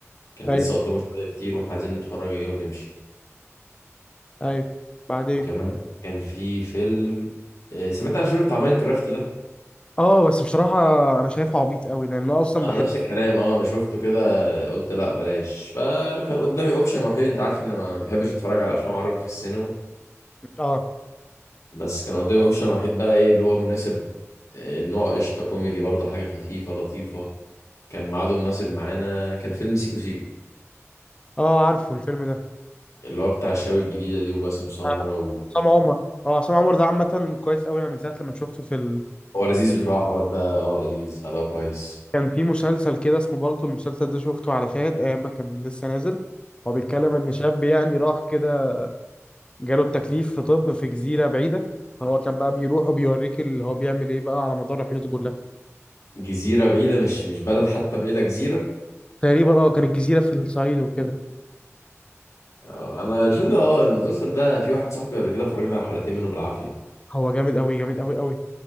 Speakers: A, on the left; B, on the left.
A: كان
B: ايوه
A: لسه قدامه شوية كتير واحنا عايزين نتفرج ايه ونمشي
B: ايوه بعدين
A: وكمان كان في فيلم آه، سمعت عن الفيلم بتاع ماينكرافت ده
B: اه بس بصراحه انا شايفه عبيط قوي لان انا اصلا
A: انا
B: بحب
A: نفس الكلام اه انا شفته كده قلت لا بلاش فكان قدامي اوبشن وحيد انت عارف ان ما بحبش اتفرج على افلام عربي في السينما
B: اه
A: بس كان قدامي اوبشن وحيد بقى ايه اللي هو مناسب آه، نوع قشطة كوميدي برضه حاجة خفيفة لطيفة كان ميعاده مناسب معانا كان فيلم سيكو سيكو
B: اه عارفه الفيلم ده
A: اللي هو بتاع الشباب الجديدة دي وباسم سمرة
B: آه، عصام عمر اه عصام عمر ده عامه كويس قوي انا من ساعه لما شفته في ال...
A: هو لذيذ بصراحة الواد ده اه لذيذ أداء كويس
B: كان في مسلسل كده اسمه بالطو المسلسل ده شفته على شاهد ايام ما كان لسه نازل هو بيتكلم ان شاب يعني راح كده جاله التكليف في طب في جزيره بعيده هو كان بقى بيروح وبيوريك اللي هو بيعمل ايه بقى على مدار رحلته كلها
A: جزيرة بعيدة مش مش بلد حتى بعيدة جزيرة
B: تقريبا اه كان الجزيره في الصعيد وكده
A: آه، أنا الفيلم ده اه المسلسل ده في واحد صاحبي قبل كده فرجني على حلقتين منه بالعافية
B: هو جامد قوي جامد قوي قوي